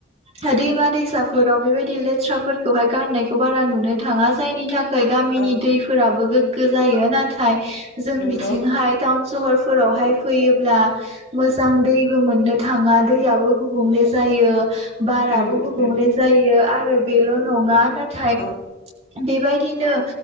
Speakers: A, on the right; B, on the left.
A: हा दैमा दैसाफोराव बेबायदि लेथ्राफोरखौहाय गारनायखौ बारा नुनो थाङा जायनि थाख खै गामिनि
B: औ
A: दैफोराबो गोग्गो जायो नाथाय जों
B: नंगौ
A: बिथिंहाय टाउन सहरफोरावहाय फैयोब्ला मोजां दैबो मोननो थाङा दैयाबो गुबुंले जायो। बाराबो
B: उम
A: गुबुंले
B: उम
A: जायो। आरो बेल' नङा ना थाय
B: औ
A: बेबाय दिनो